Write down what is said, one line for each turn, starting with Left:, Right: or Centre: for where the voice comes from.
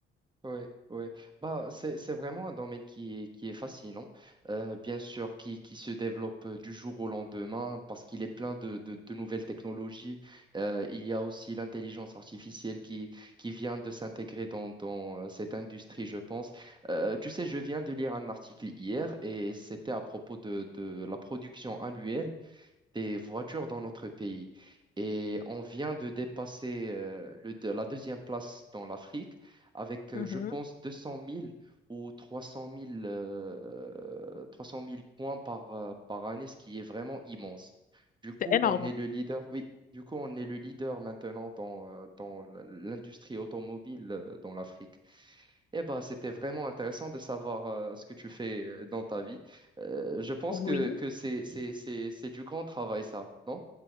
Right: Oui, oui. Bah, c'est, c'est vraiment un domaine qui est, qui est fascinant, euh, bien sûr, qui, qui se développe euh, du jour au lendemain parce qu'il est plein de, de, de nouvelles technologies. Euh, il y a aussi l'intelligence artificielle qui, qui vient de s'intégrer dans, dans euh, cette industrie, je pense. Euh, tu sais, je viens de lire un article hier et c'était à propos de, de la production annuelle des voitures dans notre pays. Et on vient de dépasser euh, le, de- la deuxième place dans l'Afrique avec, euh,
Left: Mhm.
Right: je pense, 200 000 ou 300 000, euh, 300 000 points par, euh, par année, ce qui est vraiment immense. Du coup,
Left: C'est énorme.
Right: on est le leader, oui, du coup, on est le leader maintenant dans, euh, dans l- l'industrie automobile euh, dans l'Afrique. Eh ben, c'était vraiment intéressant de savoir euh, ce que tu fais euh, dans ta vie. Euh, je pense
Left: Oui.
Right: que, que c'est, c'est, c'est, c'est du grand travail, ça, non?